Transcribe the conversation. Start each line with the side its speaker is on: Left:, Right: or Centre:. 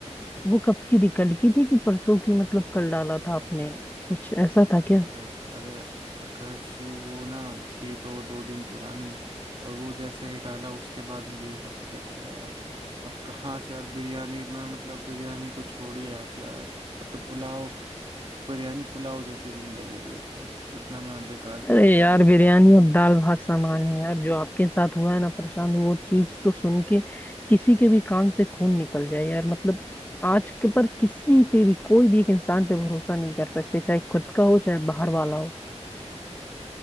Left: वो कब की थी कल की थी कि परसों की मतलब कल डाला था आपने कुछ ऐसा था क्या
Right: अरे अरे आकाश जी वो ना थी तो दो दिन पुरानी और वो जैसे ही डाला उसके बाद मुझे ये सब पता चला यार अब कहाँ से यार बिरयानी में मतलब बिरयानी तो छोड़िए आप यार अब तो पुलाव बिरयानी पुलाव जैसी भी नहीं लगेगी अब तो इतना मैं बेकार फील
Left: अरे
Right: कर
Left: यार
Right: रहा हूँ
Left: बिरयानी अब दाल भात सामान है यार जो आपके साथ हुआ है ना प्रशांत वो चीज तो सुन के किसी के भी कान से खून निकल जाए यार मतलब आज के पर किसी पे भी कोई भी एक इंसान पे भरोसा नहीं कर सकते चाहे खुद का हो चाहे बाहर वाला हो